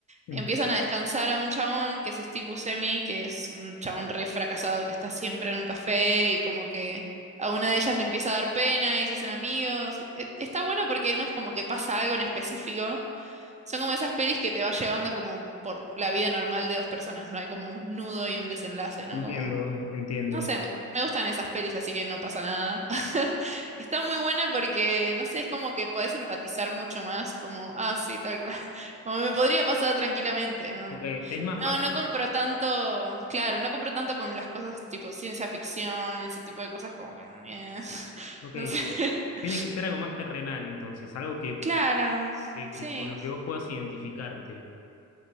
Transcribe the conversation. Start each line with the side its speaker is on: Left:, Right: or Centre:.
Left: Mm,
Right: empiezan a descansar a un chabón que es Steve Buscemi, que es un chabón re fracasado que está siempre en un café y como que a una de ellas le empieza a dar pena y se hacen amigos. E- e- Está bueno porque no es como que pasa algo en específico, son como esas pelis que te va llevando como por la vida normal de dos personas, no hay como un nudo y un desenlace, ¿no?
Left: Entiendo,
Right: como
Left: entiendo.
Right: no sé, me, me gustan esas pelis, así que no pasa nada. <laughs> Está muy buena porque, no sé, es como que podés empatizar mucho más, como, ah, sí, tal cual. <laughs> Como me podría pasar tranquilamente, ¿no?
Left: Ok, ¿te es más
Right: No,
Left: fácil?
Right: no compro tanto, claro, no compro tanto con las cosas tipo ciencia ficción, ese tipo de cosas como que, eh, <laughs>
Left: Ok.
Right: no sé. <laughs>
Left: Tiene que ser algo más terrenal, entonces, algo que,
Right: Claro,
Left: que-
Right: sí,
Left: que con lo que vos puedas identificarte.